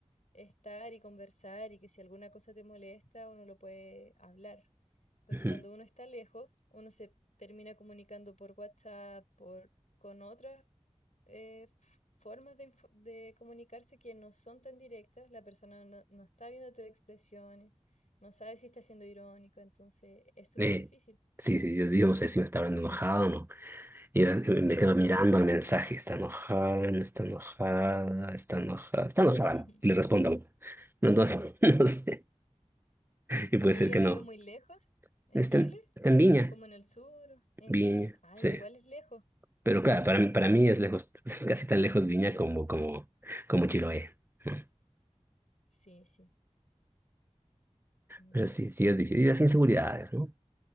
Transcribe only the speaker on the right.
Ujú.
Eh,
sí, sí, yo, yo no sé si me está hablando enojada o no. Y yo, eh, me quedo
mirando el mensaje, está enojada, no está enojada, está enojada,
está enojada, y le respondo. Entonces, <laughs> no sé. Y puede
ser
que
no.
Está
en, está en Viña.
Viña,
sí.
Pero claro, para mí, para mí es lejos, <laughs> es casi tan lejos Viña
como, como, como Chiloé. ¿no?
Pero sí, sí
es difícil. Y las inseguridades, ¿no?